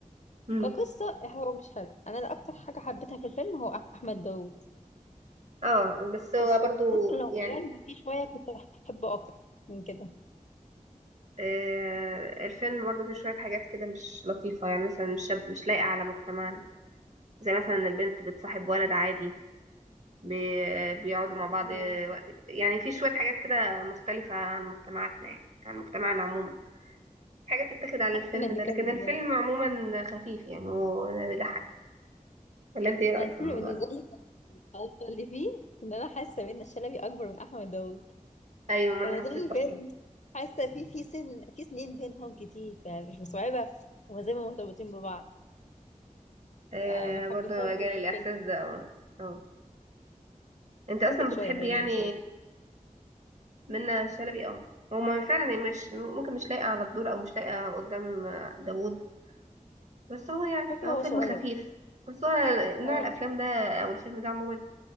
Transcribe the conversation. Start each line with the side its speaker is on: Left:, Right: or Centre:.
Right: امم
Left: كقصة هو مش حلو أنا اللي أكتر حاجة حبيتها في الفيلم هو أحمد داوود
Right: اه بس هو
Left: بس
Right: برضو
Left: ممكن لو
Right: يعني
Left: غيرنا فيه شوية كنت أحبه أكتر من كده
Right: آه الفيلم برضو فيه شوية حاجات كده مش لطيفة يعني مثلا مش شاب مش لايقة على مجتمعنا زي مثلا إن البنت بتصاحب ولد عادي بي بيقعدوا مع بعض
Left: <laughs>
Right: وقت يعني في شوية حاجات كده مختلفة عن مجتمعاتنا يعني عن مجتمعنا عموما حاجة بتتاخد على الفيلم
Left: أنا اللي
Right: ده
Left: كان
Right: لكن الفيلم عموما خفيف يعني وبيضحك ولا انت ايه رأيك
Left: أنا الفيلم
Right: في الموضوع
Left: بالنسبة
Right: ده؟
Left: لي كان الغلطة اللي فيه إن أنا حاسة بإن الشلبي أكبر من أحمد داوود
Right: ايوه ما انا
Left: فانا
Right: حسيت
Left: طول الفيلم
Right: كده
Left: حاسه في في سن في سنين بينهم كتير فمش مستوعبه هما زي ما مرتبطين ببعض
Right: آه
Left: فما حبيتهاش
Right: برضه
Left: دي
Right: جالي
Left: في
Right: الإحساس
Left: الفيلم
Right: ده اه اه انت أصلا
Left: كبرت شويه
Right: بتحبي
Left: هي
Right: يعني
Left: من شلبي
Right: منة شلبي اه هو ما فعلا هي مش ممكن مش لايقة على الدور أو مش لايقة قدام آه، داوود بس هو يعني
Left: شكله
Right: هو
Left: هو
Right: فيلم
Left: صغير
Right: خفيف بس هو
Left: اه
Right: نوع الأفلام ده أو الفيلم ده عموما